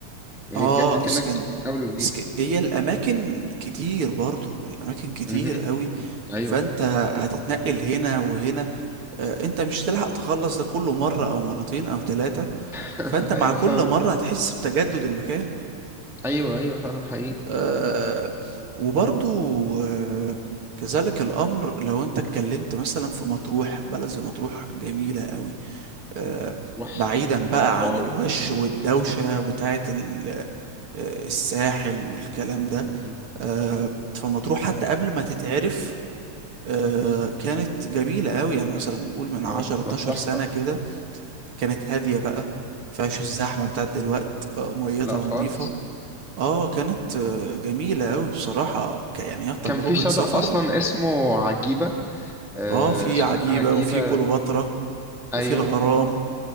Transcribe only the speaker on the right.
اه
اسكند
اسك... هي الأماكن كتير برضو الأماكن كتير
قوي
فأنت هتتنقل هنا وهنا آه، انت مش هتلحق تخلص ده كله مرة او مرتين او ثلاثة
فانت مع
كل
مرة هتحس بتجدد المكان
آه، وبرضو آه، كذلك الامر لو انت اتكلمت مثلا في مطروح بلد زي مطروح جميلة قوي آه،
بعيدا
بقى
عن الوش والدوشة بتاعت ال- آه، الساحل والكلام ده
آه، فمطروح حتى قبل ما تتعرف آه، كانت جميلة قوي يعني مثلا نقول من
10 12
سنة كده كانت هادية بقى مفيهاش الزحمة بتاعت دلوقت آه، ميتها
نظيفة اه كانت آه، جميلة أوي بصراحة ك- يعني هي تجربة
سفر
اه في
عجيبة
وفي كليوباترا
وفي الغرام